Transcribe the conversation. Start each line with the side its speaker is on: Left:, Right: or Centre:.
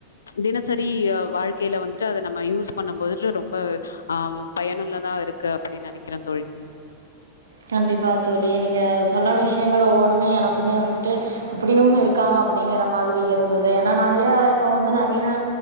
Left: தினசரி வாழ்க்கையில வந்துட்டு அத நம்ம யூஸ் பண்ணும் போதுட்டு ரொம்ப ஆ பயனுள்ளதா இருக்கு அப்டினு நெனக்கிறே தோழி
Right: கண்டிப்பா தோழி நீங்க சொன்ன விஷயங்கள் ஒவ்வண்ணுமே எனக்குமே வந்துட்டு இப்டியும் இருக்கா அப்டிங்கிற மாதிரி இருந்துது ஏன்னா நெறையா இப்ப வந்து நெறையா